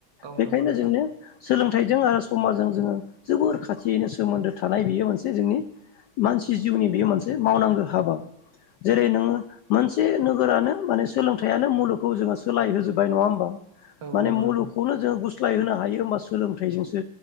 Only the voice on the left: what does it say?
बेनिखायनो
जोंनो सोलोंथाइजों आरो समाजजों जोङो जोबोर खाथियैनो सोमोन्दो थानाय बियो मोनसे जोंनि मानसि जिउनि बेयो मोनसे मावनांगौ हाबा। जेरै नोङो मोनसे नोगोरानो माने सोलोंथाइयानो मुलुगखौ जोङो सोलाय होजोबबाय नङा होमबा।
माने
मुलुगखौनो
जोङो गुस्लाय होनो हायो हबा सोलोंथाइजोंसो